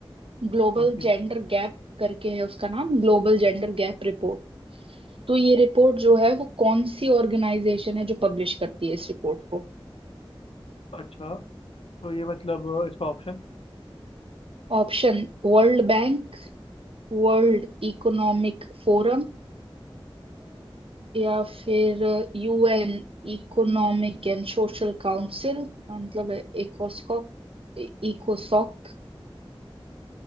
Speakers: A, on the right (about 75°); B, on the left (about 80°).
A: ग्लोबल
B: कौन सी
A: जेंडर गैप करके है उसका नाम ग्लोबल जेंडर गैप रिपोर्ट तो ये रिपोर्ट जो है वो कौन सी ऑर्गेनाइजेशन है जो पब्लिश करती है इस रिपोर्ट को
B: अच्छा तो ये मतलब अ, इसका ऑप्शन
A: Option world bank world economic forum या फिर UN economic and social council मतलब इकोस्कॉक इकोसॉक